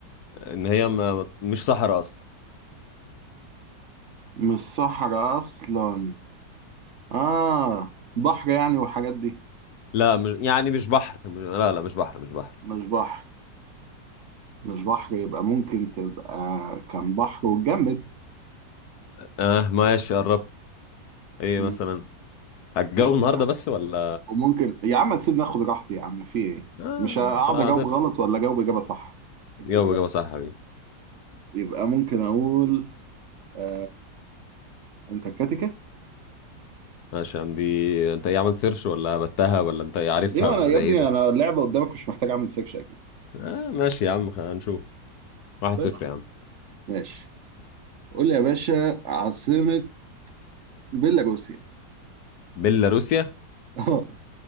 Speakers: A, on the left; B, on the right.
A: ان هي م... مش صحراء اصلا
B: مش صحراء اصلا آه بحر يعني والحاجات دي
A: لا مش يعني مش بحر لا لا مش بحر مش بحر
B: مش بحر مش بحر يبقى ممكن تبقى كان بحر واتجمد
A: اه ماشي قربت ايه
B: مم.
A: مثلا هتجو
B: ممكن
A: النهارده
B: تبقى
A: بس ولا
B: وممكن يا عم تسيبني اخد راحتي يا عم في ايه
A: آه
B: مش هقعد
A: انت هت-
B: اجاوب غلط ولا اجاوب اجابة صح أكيد
A: جو
B: إجابة
A: جو صح
B: صح
A: يا حبيبي
B: يبقى ممكن اقول آه... آه، انتاركتيكا
A: ماشي يا عم دي انت ايه عملت سيرش ولا هبتها ولا انت ايه عارفها
B: ليه
A: ولا
B: انا يا
A: ده
B: ابني
A: ايه ده
B: انا اللعبة قدامك مش محتاج اعمل سيرش اكيد
A: آه ماشي يا عم خ- هنشوف واحد
B: طيب
A: صفر يا عم
B: ماشي قول لي يا باشا عاصمة بيلاروسيا
A: بيلاروسيا
B: <laughs> اه